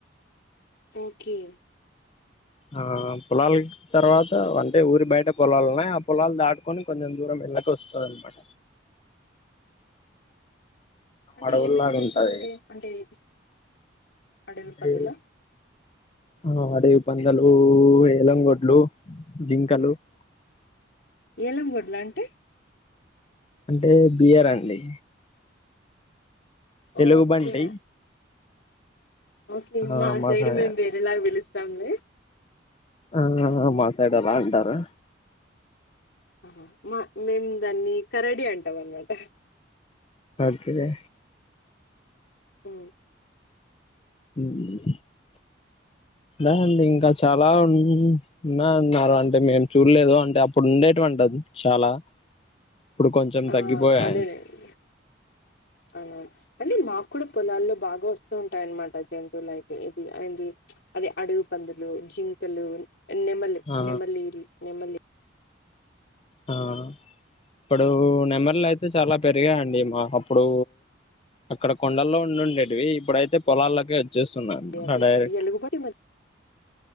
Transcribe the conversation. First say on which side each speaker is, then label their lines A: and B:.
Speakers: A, on the left (about 65°); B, on the left (about 30°).
A: ఓకే
B: ఆ పొలాల తర్వాత
A: హ్మ్.
B: అంటే ఊరి బయట పొలాలున్నాయి ఆ పొలాలు దాటుకొని కొంచెం దూరం వెళ్ళక వస్తుంద అనమాట
A: అంటే
B: అడవుల్లాగా
A: ఏమేం జంతువులు
B: ఉంటయి
A: ఉంటాయి అంటే ఇది అడవి
B: ఎంటే
A: పందులా
B: ఆ అడవి పందలు ఏలంగొడ్లు జింకలు అ
A: ఏలంగూడ్లా అంటే
B: అంటే బియర్ అండి
A: ఓకే
B: ఎలుగుబంటి
A: ఓకే
B: ఆ
A: మా సైడ్
B: సై
A: మేం వేరేలాగా పలుస్తం చడి
B: ఆ మా సైడ్ ఎలా అంటారు
A: ఆ మా మేము దాన్ని కరడీ అంటాం అన్నమాట
B: భర్గే
A: అ
B: హ అా అండి ఇంకా చాలా ఉ ఉన్నా ఉన్నారు అంటే మేము చూడలేదు అంటే అప్పుడు ఉండేటువంటిది చాలా ఇప్పుడు కొంచెం
A: ఆ
B: తగ్గిపోయా
A: అదేలేండి అవునవును అంటే మాకు కూడా పొలాల్లో బాగా వస్తుంది వ ఉంటాయన్నమాట జంతువులు అయితే ఇది అయిది అది అడగు పందులు జింకలు నెమ్మల్
B: ఆ
A: నెమలి ఇల్ నెమలి
B: ఆ ఇప్పుడు నెమర్లు అయితే చాలా పెరిగా అడి మా అప్పుడు అక్కడ కొండల్లో ఉంండేవి ఇప్పుడైతే పొలాల్లోకే వచ్చేస్తున్నాయి అన్నమాట
A: అ అవిే
B: డైరెక్ట్
A: ఎలుగు పడి మరి